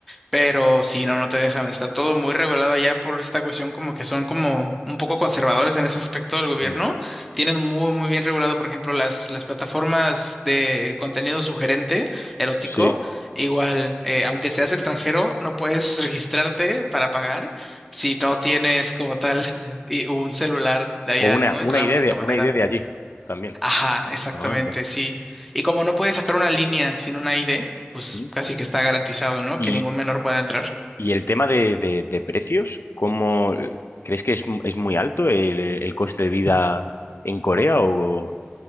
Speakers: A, in the centre; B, on the left (about 70°).
A: Pero sí, no, no te dejan. Está todo muy regulado allá por esta cuestión, como que son como un poco conservadores en ese aspecto del gobierno.
B: Mm.
A: Tienen muy, muy bien regulado, por ejemplo, las, las plataformas de contenido sugerente, erótico.
B: Sí.
A: Igual, eh, aunque seas extranjero, no puedes <laughs> registrarte para pagar si no tienes como tal <laughs> y un celular de allá,
B: O una,
A: ¿no?
B: una
A: Es la
B: idea
A: única
B: de,
A: manera.
B: una idea de allí también.
A: Ajá, exactamente,
B: Anda.
A: sí. Y como no puedes sacar una línea sin una ID, pues
B: ¿Mm?
A: casi que está garantizado, ¿no?
B: Y,
A: Que ningún menor pueda entrar.
B: y el tema de, de- de precios, ¿cómo eh, crees que es, mu- es muy alto el, el coste de vida en Corea o,